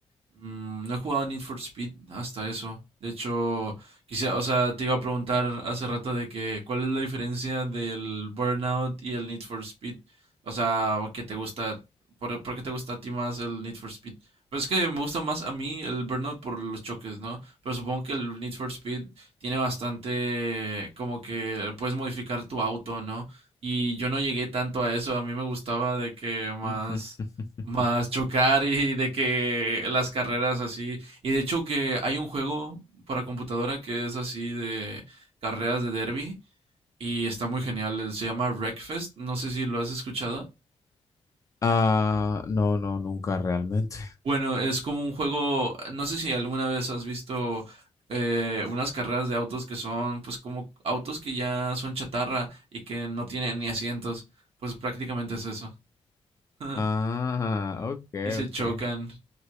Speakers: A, on the right; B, on the left.
A: mm, no he jugado Need for Speed hasta eso. De hecho, quizá, o sea, te iba a preguntar hace rato de que cuál es la diferencia del Burnout y el Need for Speed. O sea, ¿qué te gusta? ¿Por, por qué te gusta a ti más el Need for Speed? Pues es que me gusta más a mí el Burnout por los choques, ¿no? Pero supongo que el Need for Speed tiene bastante como que puedes modificar tu auto, ¿no? Y yo no llegué tanto a eso, a mí me gustaba de que más,
B: <laughs>
A: más chocar y de que las carreras así. Y de hecho que hay un juego para computadora que es así de carreras de derby y está muy genial, se llama Wreckfest, no sé si lo has escuchado.
B: Ah, no, no, nunca realmente.
A: Bueno, es como un juego, no sé si alguna vez has visto eh, unas carreras de autos que son pues como autos que ya son chatarra y que no tienen ni asientos, pues prácticamente es eso. <laughs>
B: Ah, ok,
A: Y se
B: ok.
A: chocan,